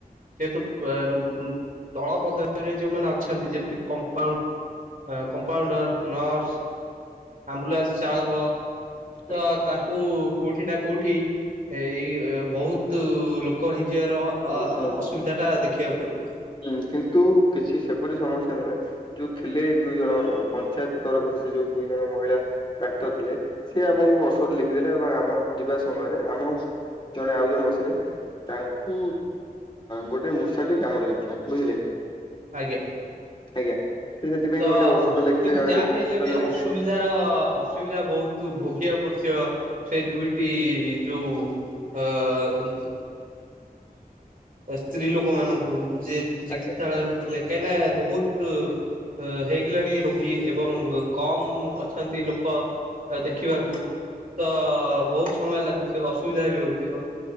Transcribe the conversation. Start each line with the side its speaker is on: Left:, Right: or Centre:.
Right: ଯେହେତୁ ତଳ ପଦବୀରେ ଯୋଉମାନେ ଅଛନ୍ତି ଯେମିତି କମ୍ପାଉଣ୍ଡ କମ୍ପାଉଣ୍ଡର, ନର୍ସ, ଆମ୍ବୁଲାନ୍ସ ଚାଳକ ତ
Left: ଆଜ୍ଞା
Right: ତାଙ୍କୁ କୋଉଠି ନା କୋଉଠି ଏଇ ବହୁତ ଲୋ କହିଯିବାର ଅ
Left: ଶୁଣନ୍ତୁ
Right: ଅସୁବିଧାଟା ଦେଖିବାକୁ ପଡ଼ିବ।
Left: ହୁଁ, କିନ୍ତୁ କିଛି ସେପରି ସମସ୍ୟା ନୁହେଁମ ଯୋଉ ଥିଲେ ଦୁଇ ଜଣ ପଞ୍ଚାୟତ ତରଫରୁ ସେ ଯୋଉ ଦୁଇ ଜଣ ମହିଳା ଡାକ୍ତର ଥିଲେ ସିଏ ଆପଣଙ୍କୁ ଔଷଧ ଲେଖିଦେଲେ ଏବଂ ଆମ ଯିବା ସମୟରେ ଆମ ଜଣେ ଆଉ ଜଣେ ବସିଲେ ତାଙ୍କୁ ଗୋଟେ ମୂଷାଟି କାମୁଡି ଦେଇ ବୁଝିଲେ।
Right: ଆଜ୍ଞା।
Left: ଆଜ୍ଞା। ସେ ସେଥିପାଇଁ
Right: ତ
Left: ଗୋଟେ ଔଷଧ ଲେଖିଲେ
Right: କିନ୍ତୁ
Left: ଜଣେ
Right: ଯାହାବି
Left: ବ୍ୟକ୍ତି
Right: ହେଲେ ବି
Left: ଜଣେ
Right: ଅସୁବିଧାର
Left: ଲେଖିଲେ
Right: ଅସୁବିଧା ବହୁତ ଭୋଗିବାକୁ ପଡୁ ଥିବ ସେଇ ଦୁଇଟି ଯୋଉ। ଅ ଉଁ ସ୍ତ୍ରୀଲୋକ ମାନଙ୍କୁ। ଯିଏ ଚିକିତ୍
Left: ଆଜ୍ଞା
Right: ସାଳୟରେ ଥିଲେ କାହିଁନା ବୋହୁତ ହେ ଲାଣି ରୋଗୀ ଏବଂ କମ୍ ଅଛନ୍ତି ଲୋକ ଦେଖିବାକୁ। ତ ବୋହୁତ ସମୟ ଲାଗୁଥିବ ଅସୁବିଧା ବି ହଉଥିବ।